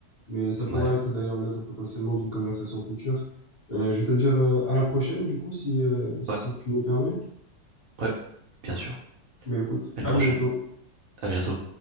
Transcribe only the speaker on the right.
Ouais,
ouais,
ouais, bien sûr.
À une
prochaine.
À bientôt.